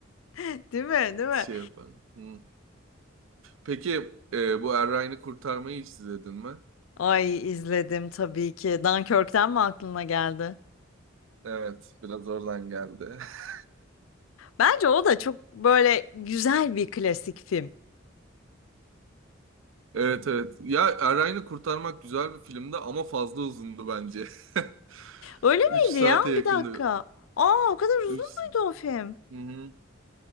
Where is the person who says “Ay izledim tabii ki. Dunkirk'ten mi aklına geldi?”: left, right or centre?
Left